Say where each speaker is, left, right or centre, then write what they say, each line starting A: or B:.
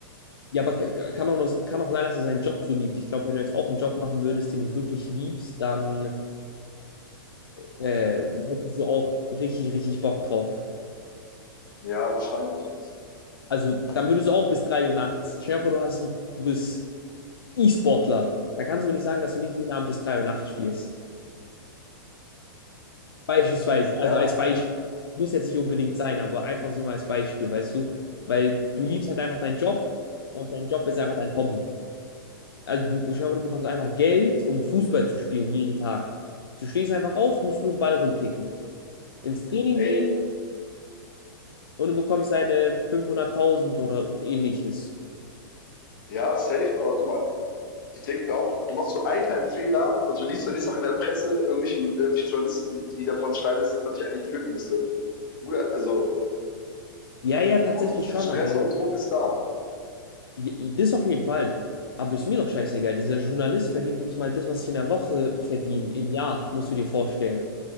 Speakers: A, on the left; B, on the left.
A: ja, aber k- k- kann auch, noch, kann auch sein, dass er seinen Job so liebt. Ich glaube, wenn du jetzt auch einen Job machen würdest, den du wirklich liebst, dann äh, hättest du auch richtig, richtig Bock drauf.
B: Ja, wahrscheinlich.
A: Also dann würdest du auch bis 3 Uhr nachts. Stell dir vor, du hast ein, du bist E-Sportler. Da kannst du mir nicht sagen, dass du nicht jeden Abend bis 3 Uhr nachts spielst. Beispielsweise.
B: Ja,
A: Also als Beispiel. Muss jetzt nicht unbedingt sein, aber einfach so mal als Beispiel, weißt du? Weil du liebst halt einfach deinen Job und dein Job ist einfach dein Hobby. Also du, schau, hoffe, du bekommst einfach Geld, um Fußball zu spielen jeden Tag. Du stehst einfach auf, musst nur einen Ball rumkicken. Ins Training
B: ey,
A: gehen und du bekommst deine 500.000 oder ähnliches.
B: ja, safe, aber guck mal, ich denke auch, du machst so einen kleinen Fehler und du liest, du liest auch in der Presse irgendwelche, irgendwelche Journalisten, die davon schreiben, dass man dich eigentlich töten müsste. Bruder, also
A: Ja, ja, tatsächlich
B: auch Stress
A: schon, aber
B: und Druck ist da.
A: Ja, Das auf jeden Fall. Aber ist mir doch scheißegal. Dieser Journalist verdient nicht mal das, was ich in der Woche verdiene. Im Jahr, musst du dir vorstellen.